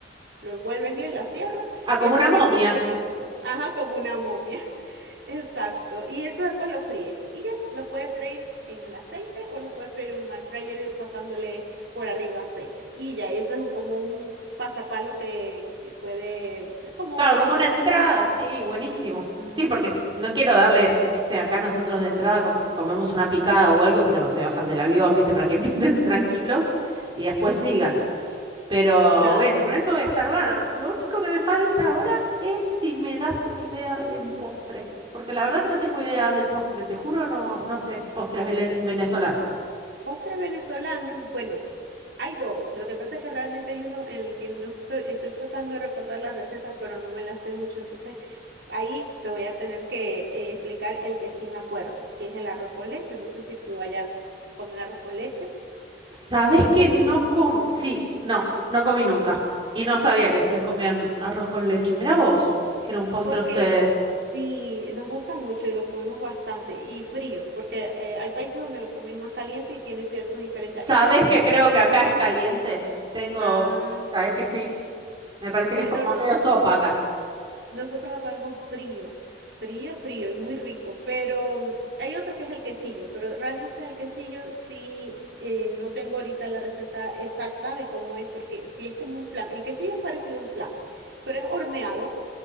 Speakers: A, on the right (about 75°); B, on the right (about 25°).
A: Lo envuelves bien, la cierras
B: Ah, como
A: y así
B: una momia.
A: tienes tus pequeñitos. Ajá, como una momia. <laughs> Exacto. Y eso después lo fríes. Y ya, lo puedes freír en el aceite o lo puedes freír en un air fryer eh, pasándole por arriba aceite. Y ya, eso es como un pasapalo que, que puede, es como
B: Claro,
A: una
B: como
A: entrada.
B: una entrada, sí, buenísimo.
A: Ujú,
B: Sí, porque s- no quiero darles, viste, acá nosotros de entrada capaz que comemos una picada o algo, pero se bajan del avión, viste, para que <laughs> empiecen tranquilos y después sigan. Pero
A: claro.
B: bueno, con eso voy a estar bárbaro. Lo único que me falta ahora es si me das una idea de un postre. Porque la verdad que no tengo idea del postre, te juro, no, no sé, postres vele- venezolanos.
A: Postre venezolano, bueno, hay dos. Lo que pasa es que realmente hay uno en el que no estoy, estoy tratando de recordar la receta, pero no me la sé mucho. Entonces, ahí te voy a tener que eh, explicar el que sí me acuerdo, que es el arroz con leche. No sé si tú allá comen arroz con leche.
B: ¿Sabés
A: No
B: que
A: comen
B: no
A: mucho,
B: com... Sí, no, no comí nunca. Y no sabía que ustedes comían arroz con leche. Mirá vos, que era un postre
A: porque
B: ustedes.
A: sí, nos gusta mucho y lo comemos bastante. Y frío, porque eh, hay países donde lo comen más caliente y tiene ciertas diferencias.
B: ¿Sabés
A: Este, el otro
B: que
A: es
B: creo
A: el que...
B: que acá es caliente? Tengo...
A: Ah,
B: ¿Sabés que sí? Me parece
A: sí,
B: que es como
A: no, no.
B: medio sopa acá.
A: Nosotros lo comemos frío, frío, frío y muy rico, pero mm, hay otro que es el quesillo, pero realmente el quesillo sí, eh, no tengo ahorita la receta exacta de cómo es, porque sí es como un flan. El quesillo es parecido a un flan, pero es horneado